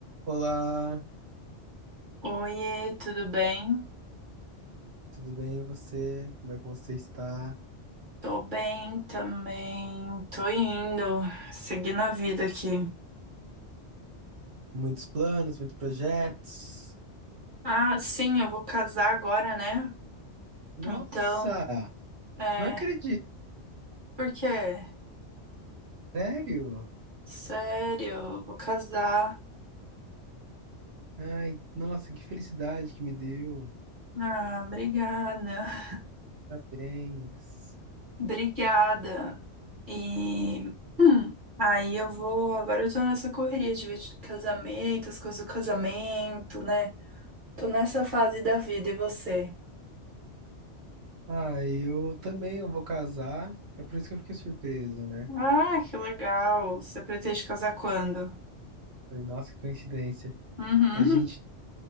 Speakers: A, on the right; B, on the right.
A: Olá,
B: Oiê, tudo bem?
A: tudo bem e você? Como é que você está?
B: Tô bem também. Tô indo, seguindo a vida aqui.
A: Com muitos planos, muitos projetos?
B: Ah, sim, eu vou casar agora, né?
A: Nossa,
B: Então, é.
A: não acredito,
B: Por quê?
A: sério?
B: Sério, eu vou casar.
A: Ai, nossa, que felicidade que me deu.
B: Ah, obrigada.
A: Parabéns.
B: <laughs> Obrigada. E. hum, aí eu vou. Agora eu tô nessa correria de vídeo de casamento, as coisas do casamento, né? Tô nessa fase da vida, e você?
A: Ah, eu também eu vou casar. É por isso que eu fiquei surpresa, né?
B: Ah, que legal. Você pretende casar quando?
A: Falei, nossa, que coincidência.
B: Uhum.
A: A gente